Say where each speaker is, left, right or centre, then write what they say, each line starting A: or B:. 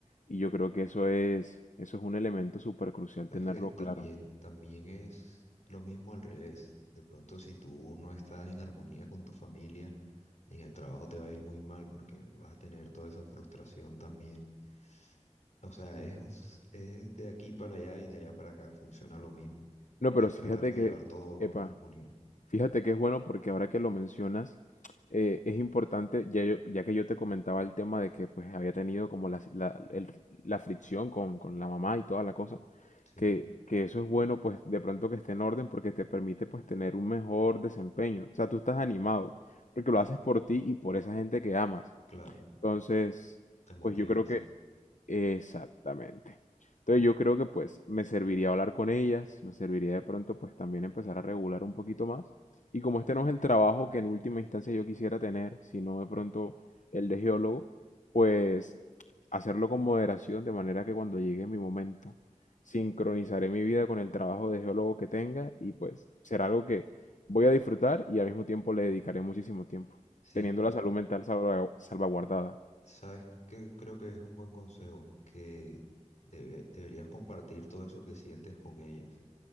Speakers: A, on the left; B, on the left.
A: Y yo creo que eso es, eso es un elemento súper crucial
B: Sabes
A: tenerlo
B: que también,
A: claro.
B: también es lo mismo al revés. De pronto, si tú no estás en armonía con tu familia, en el trabajo te va a ir muy mal porque vas a tener toda esa frustración también. O sea, es, un s- es de aquí para allá y de allá para acá, funciona lo mismo.
A: No, pero
B: Es
A: sí,
B: tratar
A: fíjate
B: de
A: que,
B: llevar todo
A: epa,
B: en armonía.
A: Fíjate que es bueno porque ahora que lo mencionas, eh, es importante, ya, yo- ya que yo te comentaba el tema de que pues había tenido como la, la- el- la fricción con, con la mamá y toda la cosa,
B: Sí,
A: que, que eso es bueno pues de pronto que esté en orden porque te permite pues tener un mejor desempeño. O sea, tú estás animado porque lo haces por ti y por esa gente que amas.
B: claro,
A: Entonces,
B: te motivas.
A: pues yo creo que Exactamente. Entonces yo creo que pues me serviría hablar con ellas, me serviría de pronto pues también empezar a regular un poquito más. Y como este no es el trabajo que en última instancia yo quisiera tener, sino de pronto el de geólogo, pues hacerlo con moderación de manera que cuando llegue mi momento sincronizaré mi vida con el trabajo de geólogo que tenga y pues será algo que voy a disfrutar y al mismo tiempo le dedicaré muchísimo tiempo,
B: Sí,
A: teniendo la salud mental salvagu- salvaguardada.
B: Sabes que creo que es un buen consejo que debe- deberías compartir todo eso que sientes con ellas.